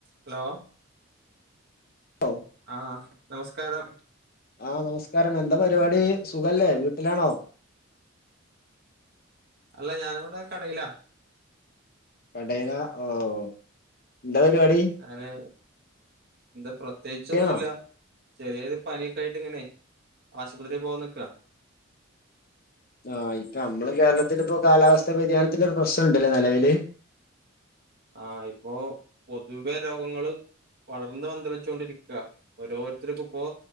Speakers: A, on the right; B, on the left.
A: Hello
B: ഓ
A: ആഹ് നമസ്കാരം
B: ആഹ് നമസ്കാരം എന്താ പരിപാടി സുഖല്ലേ വീട്ടിലാണോ
A: അല്ല ഞാനിവിടെ കടേലാ
B: കടേല ഓഹ് ന്ത പരിപാടി
A: ഞാന് ന്ത പ്രത്യേച്ചൊന്നുല്ല
B: യാണോ
A: ചെറ്യേരു പനിയൊക്കായിട്ട് ഇങ്ങനെ ആശുപത്രി പോവനിക്ക
B: ആഹ് ഇപ്പൊ ഞംള് കേര്ളത്തിലിപ്പോ കാലാവസ്ഥാ വ്യതിയാനത്തിന് ഒരു പ്രശ്നണ്ട്ല്ലേ നെലവില്
A: ആഹ് ഇപ്പൊ പൊതുവെ രോഗങ്ങള് വളർന്ന് പന്തലിച്ചോണ്ടിരിക്ക ഒരോര്ത്തര്കിപ്പോ